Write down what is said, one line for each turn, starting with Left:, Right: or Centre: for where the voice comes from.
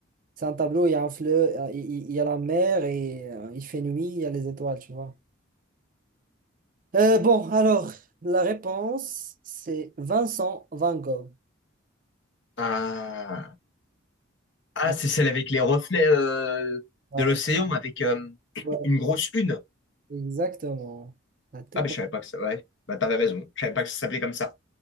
Right: C'est un tableau, il y a un fleuve, euh, il il- il y a la mer et euh, il fait nuit, il y a les étoiles, tu vois. Euh, bon, alors, la réponse, c'est Vincent Van Gogh.
Left: Ah, ah
Right: Donc,
Left: c'est celle avec les reflets euh,
Right: euh,
Left: de l'océan, avec euh,
Right: ouais,
Left: une grosse lune.
Right: exactement. T'as tout
Left: Ah, ben
Right: compris.
Left: je savais pas que ça, ouais. Bah, t'avais raison. Je savais pas que ça s'appelait comme ça.